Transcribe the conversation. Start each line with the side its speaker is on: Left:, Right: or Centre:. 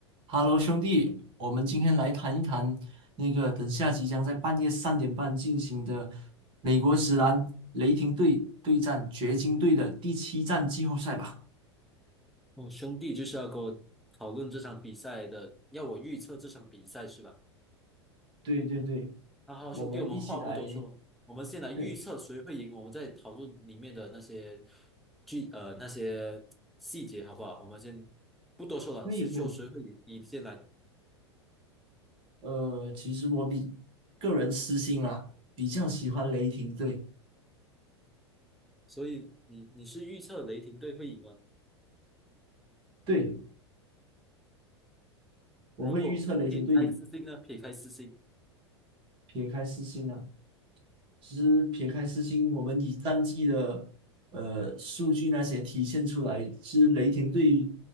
Right: 哈喽，兄弟，我们今天来谈一谈那个等下即将在半夜三点半进行的美国职篮雷霆队对战掘金队的第七站季后赛吧。
Centre: 哦，兄弟就是要跟我讨论这场比赛的，要我预测这场比赛是吧？
Right: 对对对，
Centre: 那好，
Right: 我们一起来，
Centre: 兄弟，我们话不多说，我们先来预测谁会赢，
Right: 对，
Centre: 我们再讨论里面的那些剧呃那些细节，好不好？我们先不多说了，
Right: 可以可以。
Centre: 先说谁会赢，你先来。
Right: 呃，其实我比个人私心啊，比较喜欢雷霆队。
Centre: 所以你你是预测雷霆队会赢吗？
Right: <laughs> 对，我会预测雷霆队赢
Centre: 如果撇开私心呢？撇开私心
Right: 撇开私心啊。其实撇开私心，我们以战绩的呃数据那些体现出来，是雷霆队